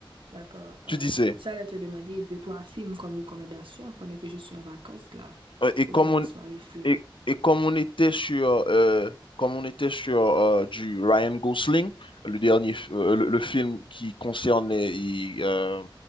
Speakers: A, on the right; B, on the left.
A: d'accord. Euh,
B: Tu disais,
A: j'allais te demander deux, trois films comme recommandation pendant que je suis en vacances là,
B: euh, et
A: pour
B: comme
A: faire des soirées films.
B: Et, et comme on était sur, euh, comme on était sur euh, du Ryan Gosling, le dernier, f- euh, le, le film qui concernait il, euh,